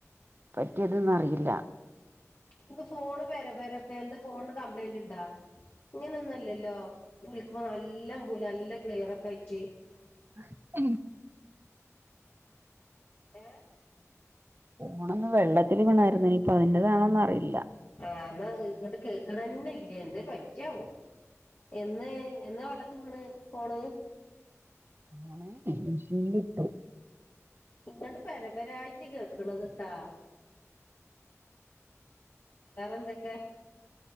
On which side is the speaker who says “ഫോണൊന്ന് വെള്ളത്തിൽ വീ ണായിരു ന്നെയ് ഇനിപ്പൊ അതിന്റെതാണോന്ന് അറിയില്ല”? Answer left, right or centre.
Right